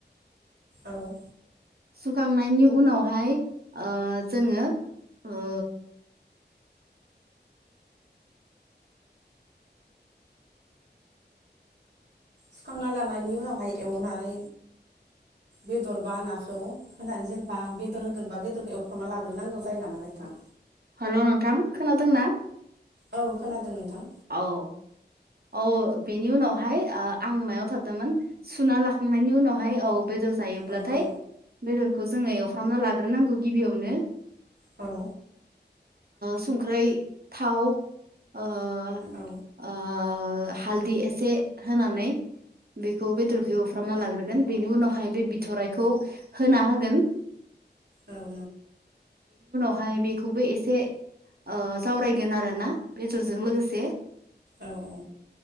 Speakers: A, on the right; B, on the right.
A: औ।
B: सुखांनायनि उनावहाय ओ जोङो ओ
A: सुखांना लानायनि उनावहाय एवनानै बेदर बा नाखौ होनानै जेनेबा बेदर होगोनबा बेदरखौ एवफ्राना लाग्रोनांगौ जायो नामा नोंथां?
B: हेल' नोंथां खोनादों ना?
A: औ खोनादों नोंथां।
B: औ औ बेनि उनावहाय आं मायाव थादोंमोन सुना लाखांनायनि उनावहाय औ बेदर जायोब्लाथाय
A: औ औ
B: बेदरखौ जोङो एवफ्रामना लाग्रोनांगौ गिबियावनो।
A: औ
B: संख्रै थाव ओ
A: औ
B: हालदि एसे होनानै बेखौ बेदरखौ एवफ्रामना लाग्रोगोन बेनि उनावहाय बे बिथ'राइखौ होना होगोन।
A: औऔ
B: ओमफाय बेखौबो एसे जावरायगोन आरो ना बेदरजों लोगोसे।
A: औ औ